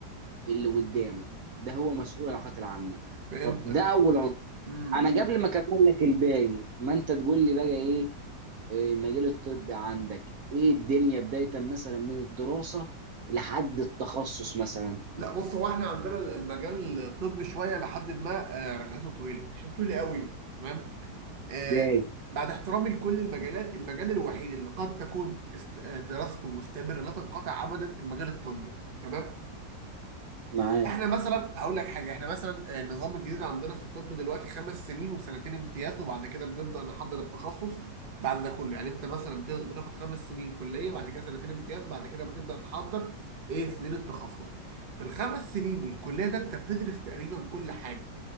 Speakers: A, on the right; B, on the right.
A: اللي قدامه ده هو مسؤول العلاقات العامه
B: فهمتك
A: طب ده اول عنصر
B: امم
A: انا قبل ما اكمل لك الباقي ما انت تقول لي بقى ايه آه، المجال الطبي عندك ايه الدنيا بدايه مثلا من الدراسه لحد التخصص مثلا
B: لا بص هو احنا عندنا المجال الطبي شويه لحد ما آه، رحلته طويله رحلته طويله قوي تمام آه،
A: ازاي
B: بعد احترامي لكل المجالات المجال الوحيد اللي قد تكون است- آه، دراسته مستمره لا تنقطع ابدا المجال الطبي تمام
A: معاك
B: احنا مثلا اقول لك حاجه احنا مثلا آه، النظام الجديد عندنا في الطب دلوقتي خمس سنين وسنتين امتياز وبعد كده بنبدا نحضر التخصص بعد ده كله يعني انت مثلا بت- بتاخد خمس سنين كليه بعد كده سنتين امتياز بعد كده بتبدا تحضر ايه سنين التخصص في الخمس سنين الكليه ده انت بتدرس تقريبا كل حاجه